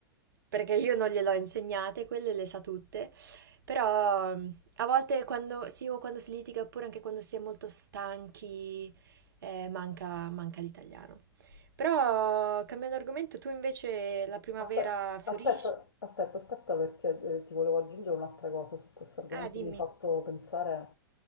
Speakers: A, on the right; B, on the left.
A: perché io non gliele ho insegnate, quelle le sa tutte. Però mm, a volte quando, sì, o quando si litiga, oppure anche quando si è molto stanchi, eh, manca, manca l'italiano. Però, cambiando argomento, tu invece la primavera
B: Aspe- Aspetta,
A: fiorisci?
B: aspetta, aspetta, perché eh, ti volevo aggiungere un'altra cosa su questo argomento.
A: Ah, dimmi.
B: Mi hai fatto pensare